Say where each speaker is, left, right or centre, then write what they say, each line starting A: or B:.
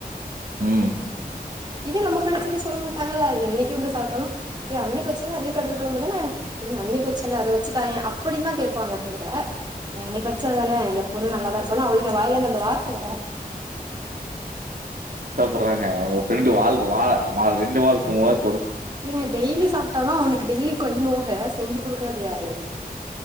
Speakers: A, on the right; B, on the right.
A: ம்.
B: இதே நம்ம ஃப்ரெண்ட்ஸ் சொல்ல மாட்டாங்கள என்னைக்கு வந்து சாப்ட்டாலு ஏ அன்னக்கி வெச்சல அதே கடலக்கொழம்பு தான நீ அன்னக்கி வச்சல்ல அத வச்சுத் தாய அப்டிந்தா கேப்பாங்க <unintelligible> என்னைக்கு வச் ச்சது தான எப்டியு நல்லாதா இருக்கு அவளுக வாய்லேந்து அந்த வார்த்த வராது
A: டுவாங்க உங்க ஃப்ரெண்டு வாழ்க வா ரெண்டு மாசக்கு மூ மாச
B: ஏங்க டெய்லி சாப்ட்டாதா அவனுக் டெய்லி கை நோக செஞ்சு குடுக்கற்து யாரு